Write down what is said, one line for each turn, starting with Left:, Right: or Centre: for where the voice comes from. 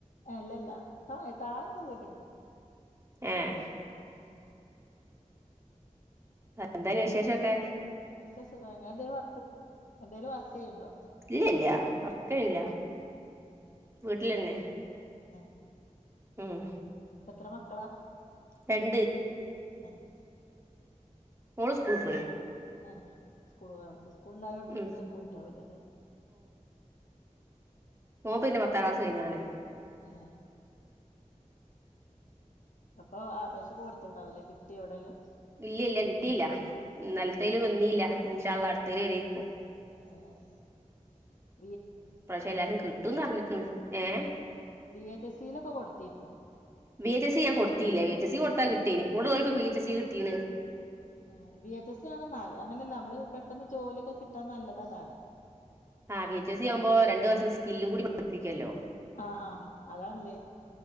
Left: അല്ല അല്ല താഴെ താഴെക്കെ വീട് ഇണ്ട്
Right: ഏഹ് ആഹ് എന്തെയ്നി വിശേഷം ഒക്കെ?
Left: ഒക്കെ സുഖാ ഇങ്ങെൾ എന്തെലും വർക്ക് ചെ എന്തെലും വർക്ക് ചെയ്യ്ണ്ടോ?
Right: ഇല്ല ഇല്ല്യ വർക്ക് ചെയ്യ് ഇല്ല വീട്ട്ലെന്നെ
Left: ഏഹ്
Right: ഉം
Left: ത്ര മക്കളാ?
Right: രണ്ട്
Left: ആഹ്
Right: ഓള് സ്കൂൾ പോയി
Left: ആഹ് സ്കൂള <unintelligible> സ്കൂൾ ഉണ്ടായോണ്ടൊക്കെ
Right: ഉം
Left: പോയിണ്ടാവോലോല്ലേ
Right: ഓം പിന്നെ പത്താം ക്ലാസ് കഴിഞ്ഞാണേ
Left: ഏഹ് അപ്പൊ ആപേശ കൊടുത്ത്ണ്ടാവില്ലേ കി ട്ടിയോ എവിടേലും
Right: ഇല്ല്യ ഇല്ല്യ കിട്ടീല്ല ന്നലത്തേല് വന്നീല്ല ഇൻശാള്ള അടുത്തേല് വരേയ്ക്കും
Left: ആഹ്
Right: പക്ഷെ എല്ലാർക്കും കിട്ടുംന്ന് അർഞ്ഞിക്ക്ണ് ഏഹ്
Left: വി എച്ച് സിലൊക്കെ കൊടുത്തിരുന്നോ
Right: വി എച്ച് എസി ഞാൻ കൊടുത്തില്ല വി എച്ച് ‌എസി കൊടുത്താ കിട്ടീന് <unintelligible> വി എച്ച് ‌എസി കിട്ടീന്
Left: ആഹ് വി എച്ച് എസി ആണ് നാല് അങ്ങനെല്ല നമ്മള് പെട്ടെന്ന് ജോലിയൊക്കെ കിട്ടാൻ നല്ലത് അതാണ്
Right: ആഹ് വി എച്ച് എസി ആവുമ്പോ രണ്ട് വർഷം സ്കില്ല് കൂടി പഠിപ്പിക്കല്ലോ
Left: ആഹ് ആഹ് അതാണ്ല്ലേ